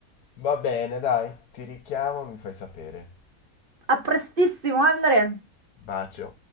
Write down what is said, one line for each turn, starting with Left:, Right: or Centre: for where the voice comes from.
Left: Va bene, dai, ti richiamo, mi fai sapere.
Right: A prestissimo, Andre.
Left: Bacio.